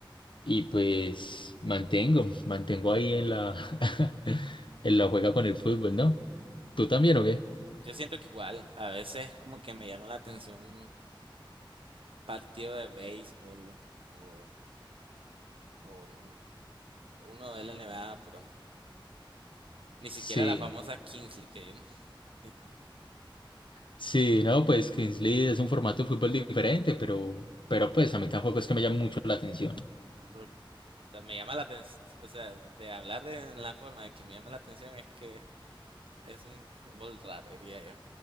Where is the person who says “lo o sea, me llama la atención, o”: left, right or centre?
Right